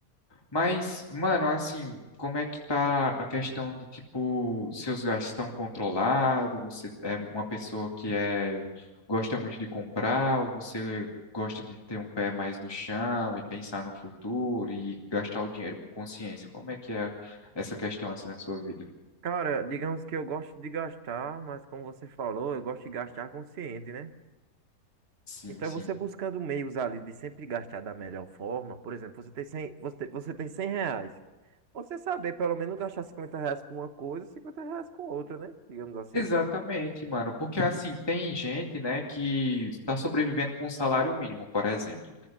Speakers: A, on the left (about 15°); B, on the right (about 45°).
A: Mas, mano, assim, como é que tá a questão de, tipo, seus gastos estão controlados? Você é uma pessoa que é, gosta muito de comprar, ou você gosta de ter um pé mais no chão e pensar no futuro e gastar o dinheiro com consciência? Como é que é essa questão, assim, na sua vida?
B: Cara, digamos que eu gosto de gastar, mas como você falou, eu gosto de gastar consciente, né?
A: Sim,
B: Então
A: sim.
B: você buscando meios ali de sempre gastar da melhor forma, por exemplo, você tem 100, você, tem- você tem 100 reais. Você saber pelo menos gastar 50 reais com uma coisa, 50 reais com outra, né? Digamos assim.
A: Exatamente, mano, porque assim, tem gente, né, que está sobrevivendo com um salário mínimo, por exemplo.